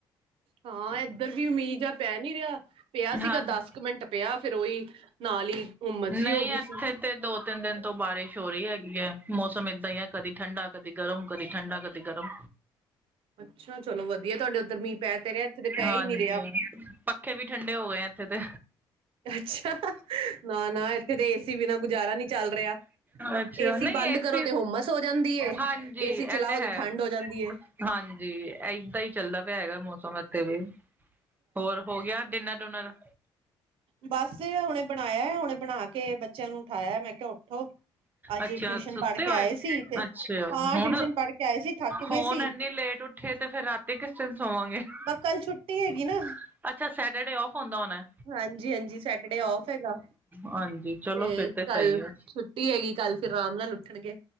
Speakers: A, on the right (about 70°); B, on the right (about 20°).
A: ਹਾਂ, ਇੱਧਰ ਵੀ ਮੀਂਹ ਜਾਂ ਪੈ ਨੀ ਰਿਹਾ ਪਿਆ
B: ਹਾਂਜੀ
A: ਸੀਗਾ ਦਸ ਕੁ ਮਿੰਟ ਪਿਆ ਫਿਰ ਉਹੀ ਨਾਲ ਹੀ ਉਮਸ
B: ਨਹੀਂ
A: ਜੀ ਹੋ ਗਈ
B: ਇੱਥੇ
A: ਸੀ।
B: ਤੇ ਦੋ ਤਿੰਨ ਬਾਰਿਸ਼ ਹੋ ਰਹੀ ਹੈਗੀ ਹੈ, ਮੌਸਮ ਏਦਾਂ ਹੀ ਹੈ ਕਦੀ ਠੰਡਾ, ਕਦੀ ਗਰਮ, ਕਦੀ ਠੰਡਾ, ਕਦੀ ਗਰਮ
A: ਅੱਛਾ, ਚਲੋ ਵਧੀਆ ਤੁਹਾਡੇ ਉੱਧਰ ਮੀਂਹ ਪੈ ਤੇ ਰਿਹਾ ਇੱਥੇ 'ਤੇ ਪੈ
B: ਹਾਂਜੀ
A: ਹੀ ਨਹੀਂ ਰਿਹਾ।
B: ਪੱਖੇ ਵੀ ਠੰਡੇ ਹੋ ਗਏ ਇੱਥੇ 'ਤੇ
A: ਅੱਛਾ, ਨਾ-ਨਾ ਇੱਥੇ ਤਾਂ ਏਸੀ ਬਿਨਾਂ ਗੁਜ਼ਾਰਾ ਨਹੀਂ ਚੱਲ ਰਿਹਾ।
B: ਅੱਛਾ
A: ਏ
B: ਨਹੀਂ
A: ਸੀ ਬੰਦ
B: ਏਸੀ
A: ਕਰੋ ਤੇ ਹੁੰਮਸ ਓ ਜਾਂਦੀ ਏ
B: ਹਾਂਜੀ
A: ਏ
B: ਇਹ
A: ਸੀ ਚਲਾਓ ਤੇ
B: ਹੈ
A: ਠੰਡ ਓ ਜਾਂਦੀ ਐ।
B: ਹਾਂਜੀ ਅਇੱਦਾ ਈ ਚਲਦਾ ਪਿਆ ਹੈਗਾ ਮੌਸਮ ਇੱਥੇ ਵੀ। ਹੋਰ ਹੋ ਗਿਆ ਡਿਨਰ- ਡੁਨਰ?
A: ਬੱਸ ਈ ਹੁਣੇ ਬਣਾਇਆ ਐ ਹੁਣੇ ਬਣਾ ਕੇ ਬੱਚਿਆਂ ਨੂੰ ਠਾਇਐ ਮੈਂ ਕਿਆ ਉੱਠੋ। ਅੱਜ
B: ਅੱਛਿਆ
A: ਟਿਊਸ਼ਨ
B: ਸੁੱਤੇ
A: ਪੜ੍ਹ ਕੇ
B: ਓਏ,
A: ਆਏ ਸੀ ਤੇ
B: ਅੱਛਿਆ
A: ਹਾਂ
B: ਹੁਣ,
A: ਟਿਊਸ਼ਨ ਪੜ੍ਹ ਕੇ ਆਏ ਸੀ ਥੱਕ
B: ਹੁਣ
A: ਗਏ ਸੀ।
B: ਇਨੀ ਲੇਟ ਉਠੇ ਤੇ ਫਿਰ ਰਾਤੀ ਕਿਸ ਟਿਨ ਸੋਵਾਂਗੇ ਅ ਹ
A: ਪਰ ਕੱਲ ਛੁੱਟੀ ਹੈਗੀ ਨਾ।
B: ਹ, ਅੱਛਾ ਸੈਟਰਡੇ ਔਫ ਓਂਦਾ ਓਣੈਂ?
A: ਹਾਂਜੀ- ਹਾਂਜੀ ਸੈਟਰਡੇ ਔਫ ਐਗਾ
B: ਹਾਂਜੀ ਚਲੋ
A: ਤੇ
B: ਫਿਰ
A: ਕੱਲ
B: ਸਹੀ ਆ
A: ਛੁੱ ਛੁੱਟੀ ਐਗੀ ਕੱਲ ਫਿਰ ਰਾਮ ਨਾਲ ਉੱਠਣਗੇ।